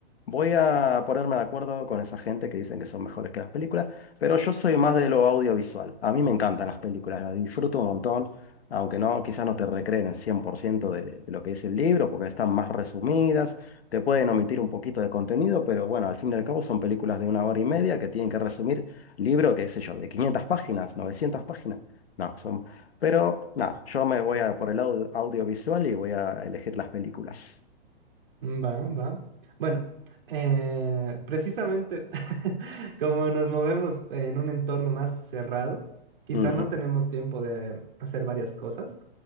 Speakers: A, on the left; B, on the right.
A: voy a ponerme de acuerdo con esa gente que dicen que son mejores que las películas, pero yo soy más de lo audiovisual. A mí me encantan las películas, las disfruto un montón. Aunque no, quizás no te recreen el 100% de, de lo que dice el libro, porque están más resumidas, te pueden omitir un poquito de contenido, pero bueno, al fin y al cabo son películas de una hora y media que tienen que resumir libro, qué sé yo, de 500 páginas, 900 páginas. No, son... Pero nada, yo me voy a por el audio- audiovisual y voy a elegir las películas.
B: Va, va. Bueno, eh, precisamente <laughs> como nos movemos en un entorno más cerrado, quizá
A: Ujú,
B: no tenemos tiempo de hacer varias cosas.